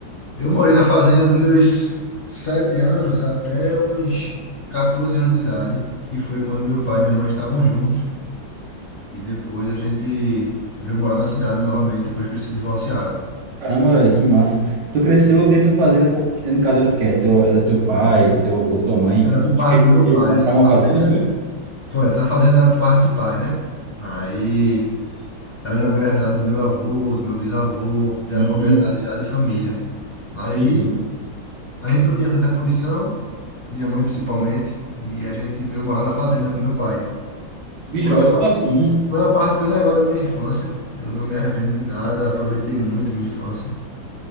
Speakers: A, on the left; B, on the right.
A: Eu morei na fazenda dos meus sete anos até uns 14 anos de idade, que foi quando meu pai e minha mãe estavam juntos. E depois a gente veio morar na cidade novamente, depois que eles se divorciaram.
B: Caramba, velho, que massa. Tu cresceu dentro da fazenda, porque, no caso era tu quê? Teu, era teu pai, teu avô, tua mãe.
A: Era por parte
B: Acho que
A: do meu
B: decidiram
A: pai,
B: comprar
A: essa
B: uma
A: fazenda
B: fazenda, foi?
A: foi, essa fazenda era por parte de pai, né? Aí ela já foi herdada do meu avô, do meu bisavô, já
B: Hum,
A: era propriedade já de família. Aí
B: entendi.
A: a gente não tinha tanta condição, minha mãe principalmente, e a gente veio morar na fazenda com meu pai.
B: Bicho,
A: Foi
B: olha
A: uma
B: assim.
A: Foi uma parte bem legal da minha infância. Eu não me arrependo de nada, aproveitei muito minha infância,